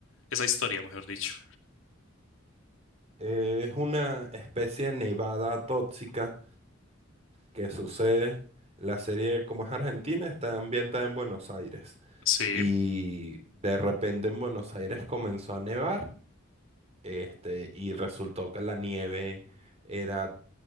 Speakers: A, on the left (about 80°); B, on the right (about 30°).
A: esa historia, mejor dicho?
B: eh, es una especie de nevada tóxica que sucede. La serie, como es argentina, está ambientada en Buenos Aires.
A: Sí,
B: Y de repente en Buenos Aires comenzó a nevar, este, y resultó que la nieve era